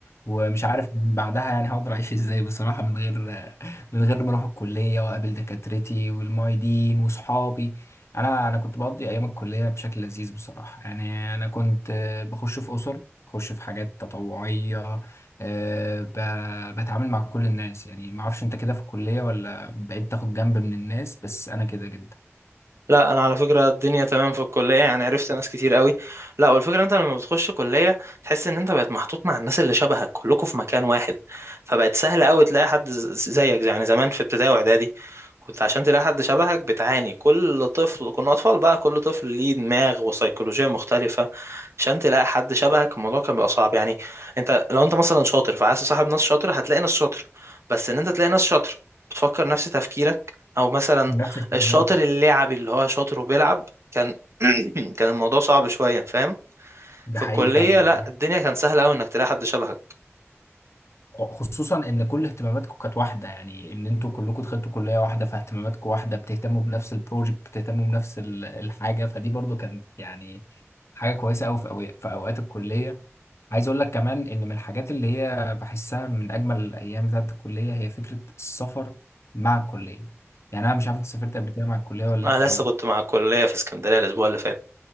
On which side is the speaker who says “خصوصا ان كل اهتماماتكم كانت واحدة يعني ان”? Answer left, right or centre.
Left